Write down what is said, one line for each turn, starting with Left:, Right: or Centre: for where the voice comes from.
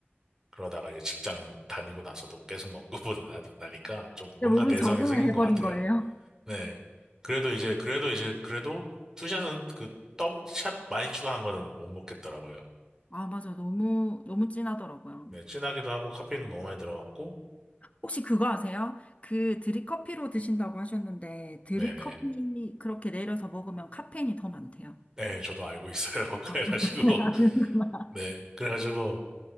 Right: 그러다가 이제 직장 다니고 나서도 계속 먹고 <laughs> 보다 나니까 좀 뭔가
Left: 근데 몸이
Right: 내성이
Left: 적응을
Right: 생긴
Left: 해버린
Right: 것 같아요.
Left: 거예요.
Right: 네. 그래도 이제 그래도 이제 그래도 투샷은 그 더블샷 많이 추가한 거는 못 먹겠더라고요.
Left: 아, 맞아. 너무, 너무 진하더라고요.
Right: 네, 진하기도 하고 카페인도 너무 많이 들어갔고,
Left: 혹시 그거 아세요? 그 드립커피로 드신다고 하셨는데, 드립커피
Right: 네네.
Left: 그렇게 내려서 먹으면 카페인이 더 많대요.
Right: 네, 저도 알고 있어요. <laughs> 그래가지고,
Left: <laughs>
Right: 네, 그래가지고